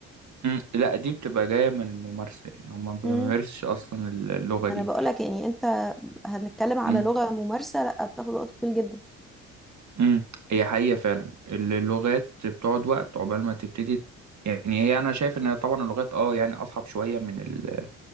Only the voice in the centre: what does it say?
مم.
ما
انا بقولك يعني انت هنتكلم على
لغة ممارسة لا بتاخد وقت طويل جدا